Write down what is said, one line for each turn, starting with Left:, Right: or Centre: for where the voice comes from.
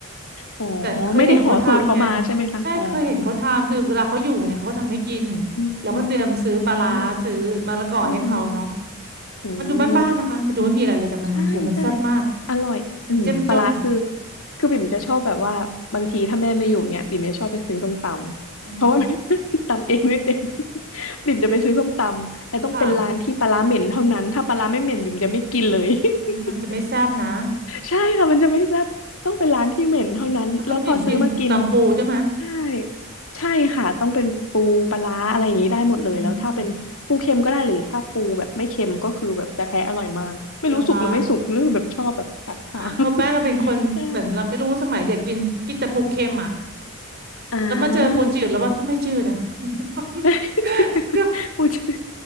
Left: อ๋อ
Right: แต่เคยเห็นเขาทำไง
Left: ไม่ได้ขอสูตรเขามาใช่ไหมคะอ๋อ
Right: ใช่เคยเห็นเขาทำคือเวลาเขาอยู่ไงเขาก็ทำให้กิน
Left: อืม
Right: แล้วก็เตรียมซื้อปลาร้าซื้อมะละกอให้เขาเนาะ
Left: อ่าอืมโอ
Right: มันดูบ้านๆนะคะมันดูไม่มีอะไรเลยแต่มันโหมันแซ่บมาก
Left: ้ ใช่ใช่อร่อยอืมปลาร้าคือ
Right: มันเจ้มจน
Left: คือบิ่มจะชอบแบบว่าบางทีถ้าแม่ไม่อยู่เนี้ยบิ่มจะชอบไปซื้อส้มตำเพราะว่า
Right: อือหือ
Left: <laughs> ตำเองไม่เป็นบิ่มจะไปซื้อส้มตำแล้วต้องเป็นร้านที่ปลาร้าเหม็นเท่านั้นถ้าปลาร้าไม่เหม็นบิ่มจะไม่กินเลย
Right: ค่ะมมันจะไม่แซ่บนะ
Left: <laughs> ใช่ค่ะมันจะไม่แซ่บต้องเป็นร้านที่เหม็นเท่านั้นแล้วพอซื้อมากิน
Right: แล้วคุณบิ่มกินตำปูใช่ไหม
Left: ใช่ใช่ค่ะต้องเป็นปูปลาร้าอะไรอย่างนี้ได้หมดเลยแล้วถ้าเป็นปูเค็มก็ได้หรือถ้าปูแบบไม่เค็มก็คือแบบจะแท้อร่อยมากไม่รู้สุกหรือไม่สุกหรือแบบชอบแบบกัดขา
Right: อืมเหรอคะ <laughs>
Left: <laughs>
Right: เพราะแป้งก็เป็นคนเหมือนเราไม่รู้สมัยเด็กกินกินแต่ปูเค็มอ่ะ
Left: ใช่อ่า
Right: แล้วมาเจอปูจืดแล้วว่าถ้าไม่จืดนะ <laughs>
Left: <laughs>
Right: ก็
Left: ปูจืด